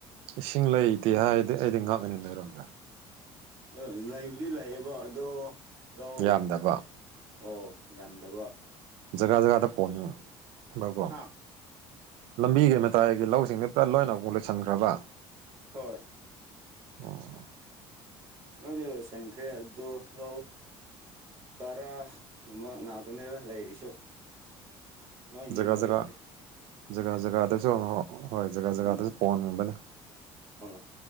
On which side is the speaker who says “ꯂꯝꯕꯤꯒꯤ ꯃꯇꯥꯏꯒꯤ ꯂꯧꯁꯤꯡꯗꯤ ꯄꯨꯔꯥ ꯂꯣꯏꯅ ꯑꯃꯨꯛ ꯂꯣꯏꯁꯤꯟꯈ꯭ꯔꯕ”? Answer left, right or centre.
Right